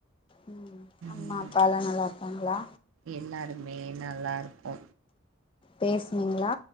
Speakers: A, on the left (about 25°); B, on the right (about 85°).
A: ம் அம்மா
B: ம்
A: அப்பாலா நல்லா இருக்காங்ளா
B: எல்லாருமே நல்லா இருக்கோ
A: பேசினீங்ளா